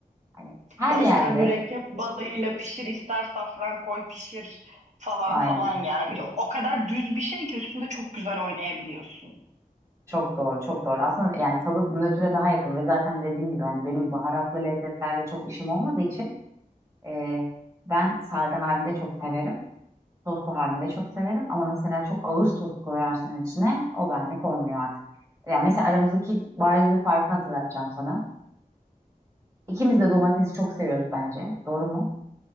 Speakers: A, on the right; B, on the right.
A: Hani her
B: Ya
A: yerde
B: ister mürekkep balığıyla pişir, ister safran koy pişir falan
A: aynı.
B: falan yani. O kadar düz bir şey ki üstünde çok güzel oynayabiliyorsun.
A: Çok doğru, çok doğru. Aslında yani tadı nötre daha yakın ve zaten dediğim gibi hani benim baharatlı lezzetlerle çok işim olmadığı için e, ben sade halinde çok severim. Soslu halinde çok severim ama mesela çok ağır sos koyarsan içine o benlik olmuyor artık. Ya mesela aramızdaki bariz bir farkı hatırlatacağım sana. İkimiz de domatesi çok seviyoruz bence. Doğru mu?